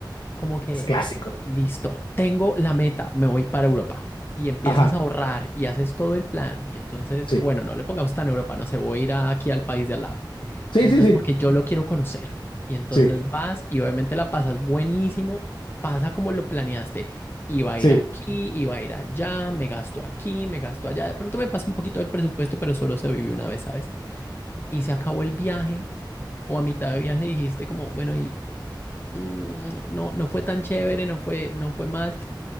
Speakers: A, on the left; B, on the left.
A: como que,
B: Es clásico.
A: listo, tengo la meta, me voy para Europa. Y empiezas
B: Ajá.
A: a ahorrar y haces todo el plan. Y entonces,
B: Sí,
A: bueno, no le pongamos tan Europa, no sé, voy a ir a- aquí al país de al lado.
B: sí,
A: Y entonces,
B: sí, sí, sí,
A: porque yo lo quiero conocer. Y entonces
B: sí.
A: vas y obviamente la pasas buenísimo, pasa como lo planeaste. Iba a
B: sí.
A: ir aquí, iba a ir allá, me gasto aquí, me gasto allá. De pronto me pasa un poquito del presupuesto, pero solo se vive una vez, ¿sabes? Y se acabó el viaje o a mitad de viaje dijiste como, bueno, ¿y, mm, no, no fue tan chévere, no fue, no fue más.